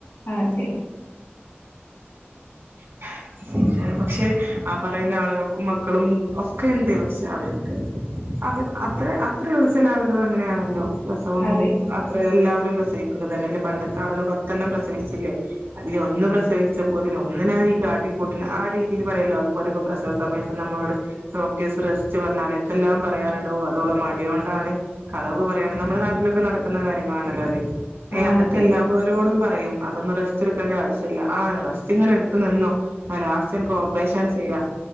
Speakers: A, on the left; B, on the right.
A: ആഹ് ചെ
B: <unintelligible> പക്ഷെ ആ പറയുന്ന ആളുകൾക്കും മക്കളും ഒക്കെ ഉണ്ട് പക്ഷെ അവർക്ക് അഹ് അത്ര അത്രള്ളു ചെല ആളുകൾ അങ്ങനെയാണല്ലോ പ്രസവൊന്നും
A: അതെ
B: അത്ര എല്ലാവരും പ്രസവിക്കുന്നത് അല്ലേ പണ്ടത്തെ ആളുകൾ പത്തെണ്ണം പ്രസവിച്ചില്ലേ അതി ഒന്ന് പ്രസവിച്ചപ്പോ തന്നെ എന്തിനാ ഈ കാട്ടിക്കൂട്ടിണെ ആ രീതിയിൽ പറയല്ലോ അതുപോലെപ്പോ പ്രസവ സമയത്ത് പ്പോ നമ്മളോട് ഡോക്ടേഴസ് റസ്റ്റ് പറഞ്ഞാൽ എന്തെല്ലാം പറയാറുണ്ടാവും അതോള മടിയൊണ്ടാണ് കളവ് പറയാണ് നമ്മുടെ നാട്ടിലൊക്കെ നടക്കുന്ന കാര്യങ്ങളാണല്ലോ അത് ഏയ്
A: ആ
B: അതൊക്കെ
A: അതെ
B: എല്ലാവരോടും
A: അതെ.
B: പറയും അതൊന്നും റസ്റ്റ് എടുക്കേണ്ട ആവശ്യമില്ല ആറസ് ഇങ്ങനെ എടുത്ത് നിന്നോ ന്നാ ലാസ്റ്റ് അൻക്ക് ഓപ്പറേഷൻ ആണ് ചെയ്യാ